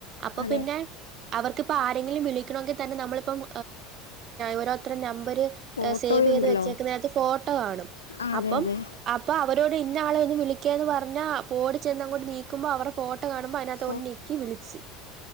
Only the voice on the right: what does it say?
അപ്പൊ
പിന്നെ അവർക്കിപ്പ ആരെങ്കിലും വിളിക്കണമെങ്കിൽ തന്നെ നമ്മളിപ്പം ഓരോരുത്തരെ നമ്പ അവര്
സേവ് ചെയ്ത് വെച്ചേക്കണ ഫോട്ടോ കാണും
അപ്പം
അപ്പൊ അവ അവരോട് ഇന്ന ആളെ ഒന്ന് വിളിക്കുക എന്ന് പറഞ്ഞാ പോടി ചെന്ന്ങ്ങോ് നീക്കുമ്പോൾ അവരുടെ ഫോട്ടോ ട്ട കാണുമ്പോ അതിനകതോട്ട്
നീക്കി വിളിച്ച്